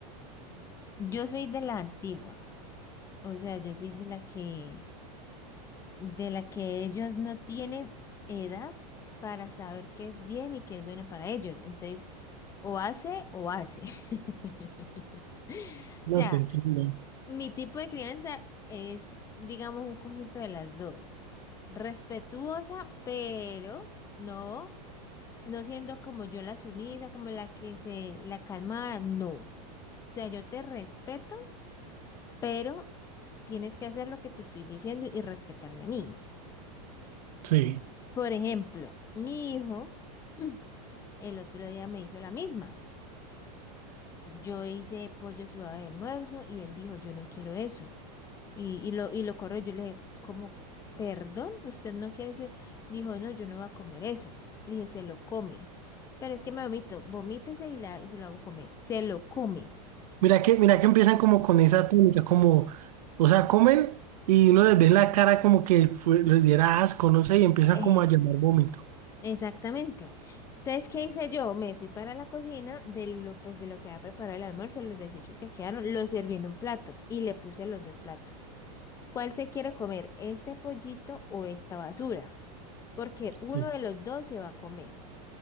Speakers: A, on the left; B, on the right.
A: Yo soy de la antigua, o sea, yo soy de la que, de la que ellos no tienen edad para saber qué es bien y qué es bueno para ellos. Entonces, o hace o hace. <laughs>
B: No
A: O sea,
B: te entiendo.
A: Mi tipo de crianza es, digamos, un conjunto de las dos. Respetuosa, pero no, no siendo como yo la sumisa, como la que se, la calmada, no. O sea, yo te respeto, pero tienes que hacer lo que te estoy diciendo y respetarme a mí.
B: Sí.
A: Por ejemplo, mi hijo <clears throat> el otro día me hizo la misma. Yo hice pollo sudado de almuerzo y él dijo, yo no quiero eso. Y, y lo, y lo corrió. Yo le dije, ¿cómo? ¿Perdón? ¿Usted no quiere eso? Dijo, no, yo no voy a comer eso. Le dije, se lo come. Pero es que me vomito. Vomítese y, la, y se lo hago comer. Se lo come.
B: Mira que, mira que empiezan como con esa técnica, como, o sea, comen y uno les ve la cara como que fue- les diera asco, no sé, y empieza
A: Eh,
B: como a llamar vómito.
A: Exactamente. Entonces, ¿qué hice yo? Me fui para la cocina de lo, pues, de lo que había preparado el almuerzo, los desechos que quedaron, los serví en un plato y le puse los dos platos. ¿Cuál se quiere comer? ¿Este pollito o esta basura? Porque uno
B: Sí.
A: de los dos se va a comer.